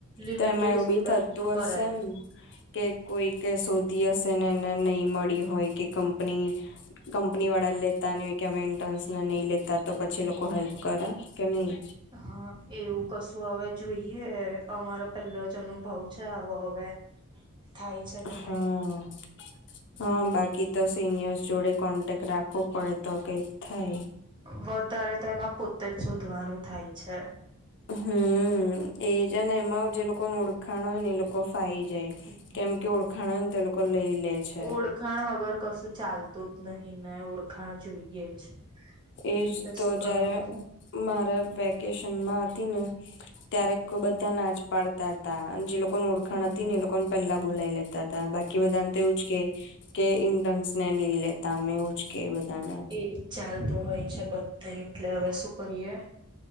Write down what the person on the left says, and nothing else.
તો એમાં એવું
બી થતું
હશે ને કે કોઈ કે શોધી હશે ને એને નઈ મળી હોય કે, કંપની કંપની વાળા લેતા નઈ કે, અમે ઇન્ટર્ન્સ ને નહી લેતા તો પછી લોકો હેલ્પ કરે કે નહી?
હા
હા
બાકી તો સિનિયર્સ જોડે કોન્ટેક્ટ રાખવો પડે તો કઈક થાય.
હમ એજ અને એમાં જે લોકોનું ઓળખાણ હોય ને એ લોકો ફાઈ જાય.
કેમ કે ઓળખાણ હોય ને તો એ લોકો લઈ લે. છે
એજ
તો
જયારે મારે વેકેશનમાં હતી ને ત્યારે કહું બધા ના જ પાડતા તા. અને જે લોકો ઓળ ખાણ
હતી ને એ લોકોને પહેલા બોલાઈ લેતા તા. બાકી બધા ને તો એવું જ કે કે ઇન્ટન્સ ને નઈ લેતા અમે એવું જ કે બધાને.